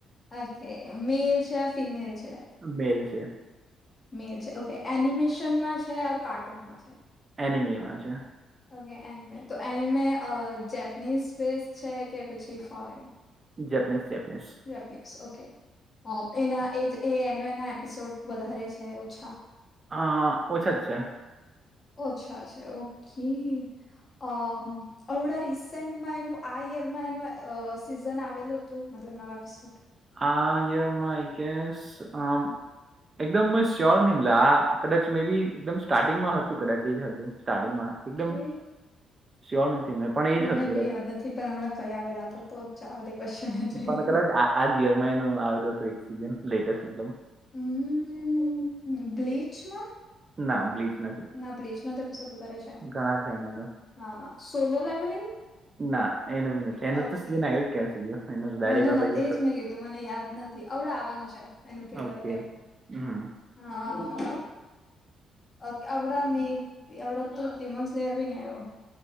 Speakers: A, on the left; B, on the right.
A: ઓકે મેલ છે ફિમેલ છે.
B: મેલ છે.
A: મેલ છે ઓકે એનિમેશનમાં છેર કાર્ટૂનમાં છે.
B: એનિમીમાં છે.
A: ઓકે એની મે તો એની મે જેપનીઝ છે કે પછી foreign
B: Japanese Japanese
A: Japanese okay. એના એજ એનેના એપિસોડ વધારે છે ઓછા.
B: હ ઓછા જ છે.
A: અચ્છા અચ્છા ઓકે. અ અડા રિસેન્ટમાં એનું આ યરમાં એનું અ સીઝન આવેલું. તું મતલબ નવા એપિસોડ.
B: આયરમાં ગેસ આમ. એકદમ મે શ્યોર નિનીમલા કદાચ મે બી એકદમ સ્ટાર્ટિંગમાં હતું કદાચ એજ હતું સ્ટાર્ટિંગમાં
A: ઓકે.
B: એકદમ. શ્યોર નથી મેં પણ એજ
A: મને
B: હતું કદાચ
A: બી યાદ નથી પણ હમણાં કયા આવેલા હતા તો જવા દે ક્વેશ્ચન જ.
B: પણ કદાચ આ યર માં એનું આવેલું હતું એક સીઝન લેટેસ્ટ મતલબ
A: હમ બ્લીચમાં.
B: ના બ્લીચ નથી.
A: ના બ્લીચ ના તો એપિસોડ કરારે છે એમ
B: ઘણા છે એના તો
A: હા સોલો લેબલિંગ.
B: ના એનું બી નથી એનું
A: ઓકે
B: તો સીઝન આવ્યું જ ક્યાં સુધી એનું તો ડાયરેક્ટ
A: મને નથીજ
B: હવે
A: મેં કીધું મને યાદ નથી. અવડ આવવાનું છે એનું ટ્રેલર
B: ઓકે હમ
A: હા. અ આવડા મે એવડ તો ડમન્સ લેયર બી ન આવીયો.